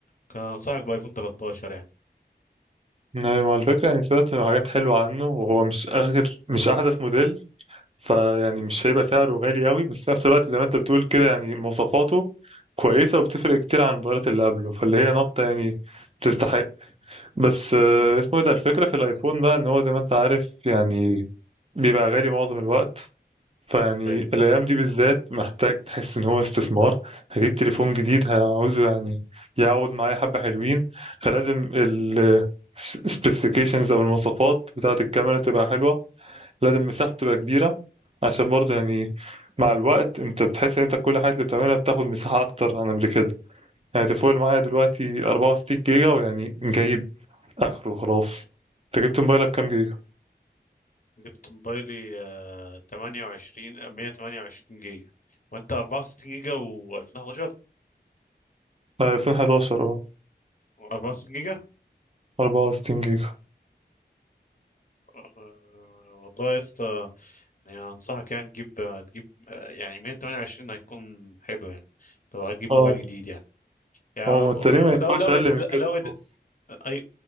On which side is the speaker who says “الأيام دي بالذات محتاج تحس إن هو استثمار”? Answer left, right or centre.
Right